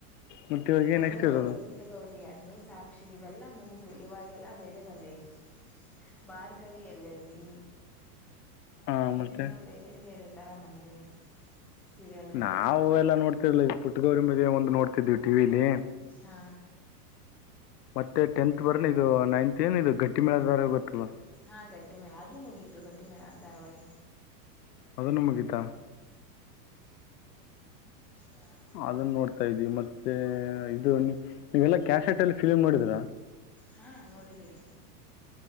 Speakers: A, on the left; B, in the centre.
A: ಮತ್ತು ಇವಾಗ ಏನು
B: ಮಂಗಳಗೌರಿ
A: ನೆಕ್ಸ್ಟ್ ಇರೋದು
B: ಪುಟ್ಟ ಪಟಗೌರಿ ಅಗ್ನಿಸಾಕ್ಷಿ ಇವೆಲ್ಲ ಮುಗಿದು ಇವಾಗೆಲ್ಲ ಬೇರೆ ಬಂದಿವವಿ ಭಾರ್ಗವಿ ಎಲ್ ಎಲ್ ಬಿ
A: ಹಾಂ ಮತ್ತು
B: ನೇನು ಬೇರೆ ಬೇರೆ ಥರ ಬಂದಿವೆ ಸೀರಿಯಲು
A: ನಾವವು ಎಲ್ಲ ನೋಡ್ತಿರ್ಲಿಲ್ಲ ಪುಟ್ಟಗವರಿ ಮ ಒಂದು ನೋಡ್ತಿದ್ವಿ ಟಿಲಿ
B: ಹಾ
A: ಮತ್ತೆ ಟೆಂತ್ ಬರ ಇದು ನೈನ್ತ್ ಏನು ಇದು ಗಟ್ಟಿ ಮೇಳ ದಾರ ಗೊತ್ತಲ್ಲ
B: ಹಾಂ ಗಟ್ಟಿ ಮೇಳ ಅದು ಮುಗಿಯತ್ತು ಗಟ್ಟಿ ಮೇಳ ಧಾರಾವಾಹಿ
A: ಅದನ್ನು ಮುಗಿದ್ದ
B: ಹಾ
A: ಅದನ್ನ ನೋಡ್ತಾ ಇದೀವಿ ಮತ್ತೆ ಇದು ನೀವೆಲ್ಲಾ ಕ್ಯಾಾಸಟ್ ಅಲ್ಲಿ ಫಿಲ್ಮ್ ಮಾಡಿದ್ರಾ
B: ಹಾಂ ನೋಡಿದ್ದೀವಿ